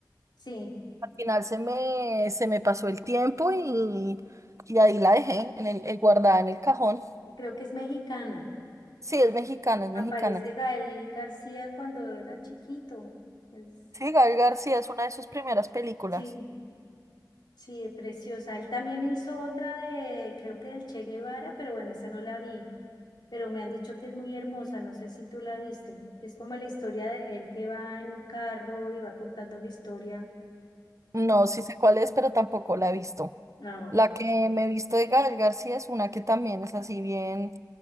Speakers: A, on the left; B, on the right.
A: Sí,
B: Al final se me, se me pasó el tiempo y, y ahí la dejé, en el, eh, guardada en el cajón.
A: y creo que es mexicana.
B: Sí, es mexicana, es mexicana.
A: Aparece Gael García cuando era chiquito. Es
B: Sí, Gael García es una de sus primeras películas.
A: Sí, sí, es preciosa. Él también hizo otra de, creo que del Che Guevara, pero bueno, esa no la vi. Pero me han dicho que es muy hermosa, no sé si tú la viste. Es como la historia de él que va en un carro y va contando la historia, como,
B: No, sí sé cuál es, pero tampoco la he visto.
A: no, ok.
B: La que me he visto de Gael García es una que también es así bien,